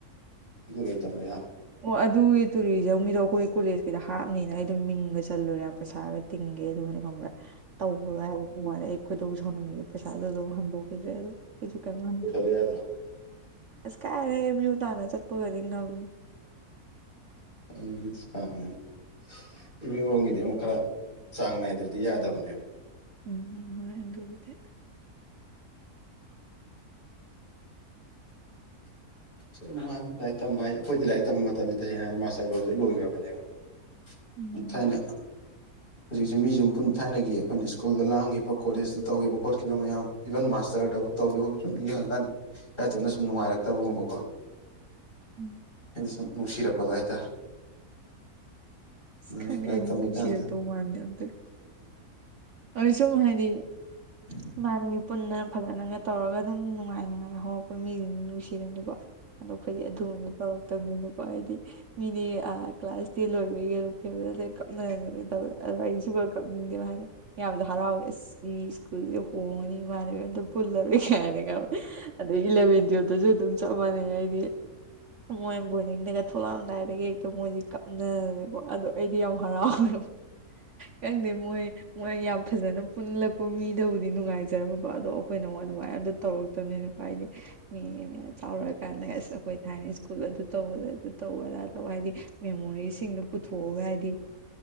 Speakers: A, on the left; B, on the right.
A: ꯑꯗꯨ ꯀꯩ ꯇꯝꯕ ꯌꯥꯕ
B: ꯑꯣ ꯑꯗꯨꯒꯤ ꯇꯨꯔꯤꯖꯝꯒꯤꯗꯣ ꯑꯩꯈꯣꯏ ꯀꯣꯂꯦꯖꯀꯤꯗ ꯍꯥꯞꯅꯤꯅ ꯑꯩꯗꯣꯅ ꯃꯤꯡꯒ ꯆꯜꯂꯨꯔꯦ ꯄꯩꯁꯥꯒ ꯇꯤꯡꯒꯦ ꯑꯗꯨꯉꯅꯦ ꯈꯪꯕꯔ ꯇꯧꯈ꯭ꯔꯣꯏ ꯍꯥꯏꯕ ꯀꯃꯥꯏꯅ ꯑꯩ ꯈꯣꯏꯗꯧ ꯁꯥꯎꯅꯤꯡꯉꯦ ꯄꯩꯁꯥꯁꯨ ꯑꯗꯨꯝ ꯍꯟꯗꯣꯛꯈꯤꯗ꯭ꯔꯦꯗ ꯑꯩꯁꯨ ꯀꯩꯝ ꯉꯥꯡ
A: ꯂꯩ ꯌꯥꯗ꯭ꯔꯥ
B: ꯑꯁ ꯀꯥꯏ ꯔꯦ ꯑꯦꯝ ꯎ ꯇꯟꯅꯥ ꯆꯠꯄꯒꯗꯤ ꯉꯝ
A: ꯅꯪ ꯑꯦꯝ ꯎ ꯔꯣꯝꯒꯤꯗꯤ ꯑꯃꯨꯛ ꯈꯔ ꯆꯥꯡ ꯅꯥꯏꯗ꯭ꯔꯗꯤ ꯌꯥꯗꯕꯅꯦꯕ
B: ꯎꯝ ꯍꯣꯏ ꯗꯨꯕꯨꯗꯤ
A: ꯁꯨꯝ ꯅꯨꯡꯉꯥꯏ ꯂꯥꯏꯔꯤꯛ ꯇꯝꯕ ꯍꯥꯏ ꯑꯩꯈꯣꯏꯗꯤ ꯂꯥꯏꯔꯤꯛ ꯇꯝꯕ ꯃꯇꯝꯁꯦꯁꯦꯡꯅ ꯃꯥꯁꯇꯔ ꯂꯣꯏꯔ ꯂꯣꯏꯈ꯭ꯔꯕꯅꯦꯕ
B: ꯎꯝ
A: ꯃ ꯊꯥꯏꯅ ꯍꯧꯖꯤꯛꯁꯦ ꯃꯤꯖꯦ ꯑꯃ ꯄꯨꯟ ꯊꯥꯏꯅꯒꯤ ꯑꯩꯈꯣꯏꯅ ꯁ꯭ꯀꯨꯜꯗ ꯂꯥꯡꯒꯤꯕ ꯀꯣꯂꯦꯖꯇ ꯇꯧꯈꯤꯕ ꯈꯣꯠꯈꯤꯕ ꯃꯌꯥꯝ ꯏꯚꯟ ꯃꯥꯁꯇꯔꯗꯕ ꯇꯧꯒꯤꯕ ꯁꯨꯝ ꯅꯤꯡꯖꯤꯡꯉ ꯀꯥꯟ ꯏꯇꯣꯟꯗ ꯁꯨꯝ ꯅꯨꯡꯉꯥꯏꯔꯛꯇꯕꯒꯨꯝꯕ ꯀꯣ <inaudible>
B: ꯎꯝ
A: ꯍꯥꯏꯗꯤ ꯁꯨꯝ ꯅꯨꯡꯁꯤꯔꯛꯄꯗꯣ ꯍꯥꯏꯇꯥꯔꯦ
B: ꯑꯁ
A: ꯎꯝ
B: ꯈꯪꯉꯗꯦ
A: ꯂꯥꯏꯔꯤꯛ
B: ꯑꯩꯗꯤ
A: ꯇꯝꯃꯤꯀꯥꯟꯗ
B: ꯅꯨꯡꯁꯤꯔꯛꯇꯧ ꯃꯥꯟꯗꯦ ꯌꯥꯝ ꯑꯣꯏ ꯁꯨꯝ ꯍꯥꯏꯗꯤ
A: ꯍ
B: ꯏꯃꯥꯟꯅꯕꯤ ꯄꯨꯟꯅ ꯐꯖꯅꯒ ꯇꯧꯔꯒ ꯑꯗꯨꯝ ꯅꯨꯡꯉꯥꯏ ꯅꯨꯡꯉꯥꯏ ꯍꯧꯔꯛꯄ ꯃꯤꯁꯤꯡ ꯅꯨꯡꯁꯤꯔꯝꯅꯤꯀꯣ ꯑꯗꯣ ꯑꯩꯈꯣꯏꯗꯤ ꯑꯗꯨꯨꯝꯕꯗꯣ ꯇꯧꯔꯛꯇꯝꯅꯤꯅꯀꯣ ꯍꯥꯏꯗꯤ ꯃꯤꯗꯤ ꯑ ꯀ꯭ꯂꯥꯁ ꯇꯦꯟ ꯂꯣꯏꯕꯒꯤ ꯐꯤꯌ꯭ꯔꯋꯦꯜꯗ ꯀꯞꯅꯗꯅꯒ ꯇꯧꯋꯤ ꯑꯗꯣ ꯑꯩ ꯁꯨꯀꯞ ꯀꯞꯅꯤꯡꯗꯦ ꯍꯥꯏꯗꯤ ꯌꯥꯝꯖꯨ ꯍꯔꯥꯎꯋꯦ ꯑꯁ ꯃꯤ ꯁ꯭ꯀꯨꯜꯁꯦ ꯍꯣꯡꯉꯅꯤ ꯏꯃꯥꯟꯅꯕ ꯑꯝꯇ ꯄꯨꯜꯂꯔꯣꯏ ꯀꯥꯏꯅ ꯀ ꯑꯗꯩ ꯏꯂꯚꯦꯟ ꯇꯨ ꯑꯗꯨꯁꯨ ꯑꯗꯨꯝ ꯆꯞ ꯃꯥꯟꯅꯩ ꯍꯥꯏꯗꯤ ꯃꯣꯏ ꯕꯣꯔꯗꯤꯡꯗꯒ ꯊꯣꯛꯂꯛꯑꯝꯗꯥꯏꯒꯤ ꯍꯦꯛꯇꯥ ꯃꯣꯏꯖꯦ ꯀꯞꯅꯗꯅꯀꯣ ꯑꯗꯣ ꯑꯩꯗꯤ ꯌꯥꯝ ꯍꯔꯥꯎꯋꯦ ꯈꯪꯗꯦ ꯃꯣꯏ ꯃꯣꯏ ꯌꯥꯝ ꯐꯖꯅ ꯄꯨꯜꯂꯛꯄ ꯃꯤꯗꯕꯨꯗꯤ ꯅꯨꯡꯉꯥꯏꯖꯔꯝꯃꯣꯏꯀꯣ ꯑꯗꯣ ꯑꯩꯈꯣꯏꯅ ꯑꯃꯉꯣꯟ ꯑꯗꯨ ꯇꯧꯔꯛꯇꯕꯅꯦꯅꯄꯥꯥꯏꯗꯤ ꯃꯤꯅꯦ ꯆꯥꯎꯔꯛꯑꯀꯥꯟꯗ ꯑꯁ ꯑꯩꯈꯣꯏ ꯊꯥꯏꯅ ꯁ꯭ꯀꯨꯜ ꯑꯗꯨ ꯇꯧꯕꯗ ꯑꯗꯨ ꯇꯧꯕꯗ ꯇꯧꯕ ꯍꯥꯏꯗꯤ ꯃꯦꯃꯣꯔꯤꯁꯤꯡꯗꯣ ꯄꯨꯊꯣꯛꯑꯒ ꯍꯥꯏꯗꯤ